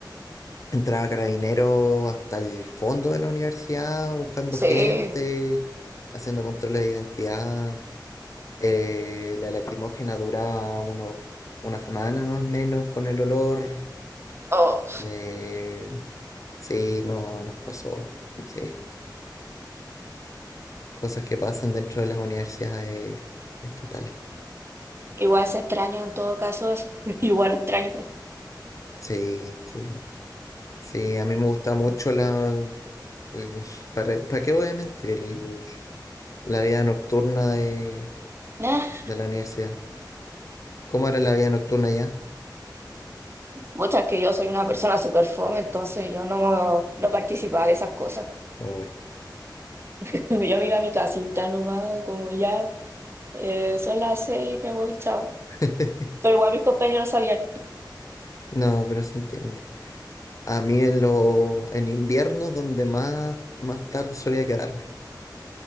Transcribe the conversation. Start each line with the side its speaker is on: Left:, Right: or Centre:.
Left: Entraba Carabinero hasta el fondo de la universidad buscando
Right: Sí.
Left: gente, haciendo controles de identidad. Eh, la lacrimógena duraba uno, una semana más o menos con el olor.
Right: Oh,
Left: Eh, sí, no nos pasó. Sí, cosas que pasan dentro de las universidades estatales.
Right: igual se extraña en todo caso eso. <laughs> Igual lo extraño.
Left: Sí, sí. Sí, a mí me gusta mucho la... el- <laughs> ¿Para, para qué voy a mentir? El- la vida nocturna de
Right: <laughs>
Left: de la universidad. ¿Cómo era la vida nocturna ya?
Right: Muchas que yo soy una persona súper fome, entonces yo no, no participaba de esas cosas.
Left: Uy.
Right: <laughs> Yo me iba a mi casita nomás, como ya eh, son las seis, me voy, chao.
Left: <laughs>
Right: Pero igual mis compañeros sabían.
Left: No, pero se entiende. A mí en lo, en invierno donde más, más tarde solía quedarme.